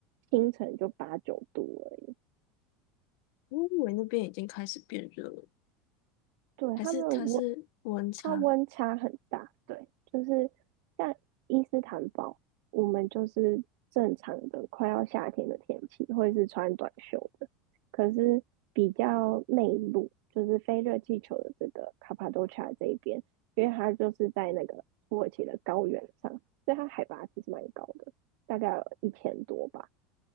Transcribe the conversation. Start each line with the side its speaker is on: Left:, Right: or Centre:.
Right: 清晨就八九度而已。
Left: 我以为那边已经开始变热了，
Right: 对，
Left: 还是它是温差
Right: 他们温，它温差很大。对，就是像伊斯坦堡，我们就是正常的快要夏天的天气，或者是穿短袖的。可是比较内陆，就是非热气球的这个卡帕多奇亚这一边，因为它就是在那个土耳其的高原上，所以它海拔其实蛮高的，大概有一千多吧。